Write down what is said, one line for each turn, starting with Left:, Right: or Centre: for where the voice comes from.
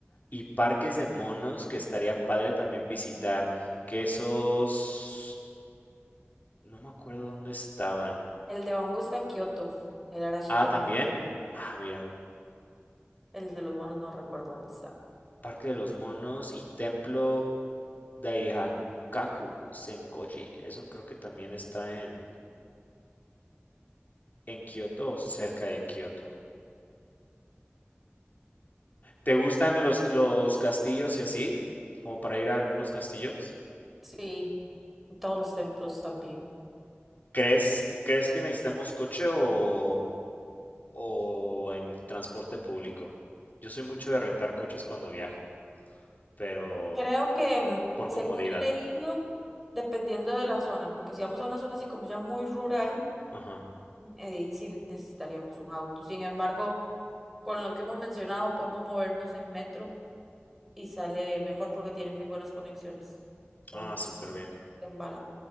Left: y parques de monos que estaría padre también visitar, que esos, no me acuerdo dónde estaban.
Centre: El de bambú está en Kioto, el Arashiyama.
Left: Ah, también, ah, mira,
Centre: El de los monos no recuerdo dónde está.
Left: Parque de los Monos y Templo Daihakaku Senkoji, eso creo que también está en, en Kioto o cerca de Kioto. ¿Te gustan los, los castillos y así? Como para ir a algunos castillos.
Centre: Sí, y todos los templos también.
Left: ¿Crees, crees que necesitamos coche o, o en transporte público. Yo soy mucho de rentar coches cuando viajo, pero
Centre: Creo que, mm,
Left: por
Centre: según
Left: comodidad.
Centre: he leído, dependiendo de la zona, porque si vamos a una zona así como ya muy rural,
Left: Ajá.
Centre: eh, ahí sí necesitaríamos un auto. Sin embargo, con lo que hemos mencionado, podemos movernos en metro y sale mejor porque tiene muy buenas conexiones. O
Left: Ah,
Centre: en,
Left: súper bien.
Centre: en bala.